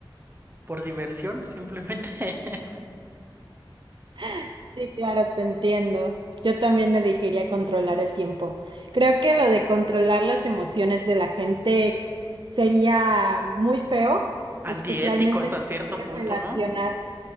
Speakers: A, on the right; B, on the right.
A: por diversión, simplemente <laughs>
B: <laughs> Sí, claro, te entiendo. Yo también elegiría controlar el tiempo. Creo que lo de controlar las emociones de la gente sería muy feo,
A: antiético
B: especialmente
A: hasta
B: si
A: cierto
B: te quieres
A: punto,
B: relacionar.
A: ¿no?